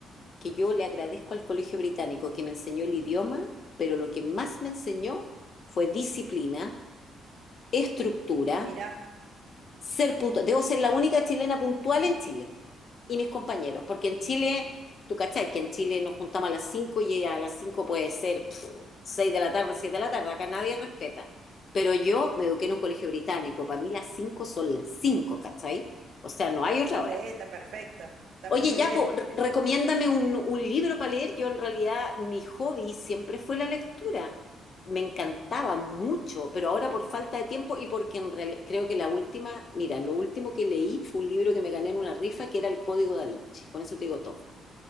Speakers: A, on the left; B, on the right.
A: que yo le agradezco al colegio británico que me enseñó el idioma, pero lo que más me enseñó fue disciplina, estructura
B: mira,
A: ser puntual. Debo ser la única chilena puntual en Chile y mis compañeros, porque en Chile, tú cachai, que en Chile nos juntamos a las cinco y a las 5 puede ser pff, 6 de la tarde, 7 de la tarde, acá nadie respeta. Pero yo me eduqué en un colegio británico, para mí las 5 son las cinco ¿cachai? O sea, no hay otra hora.
B: sí, está perfecto, está
A: Oye,
B: muy
A: ya,
B: bien.
A: po, re- recomiéndame un, un libro para leer. Yo en realidad mi hobby siempre fue la lectura. Me encantaba mucho, pero ahora por falta de tiempo y porque en realidad creo que la última, mira, lo último que leí fue un libro que me gané en una rifa que era El Código Da Vinci. Con eso te digo todo.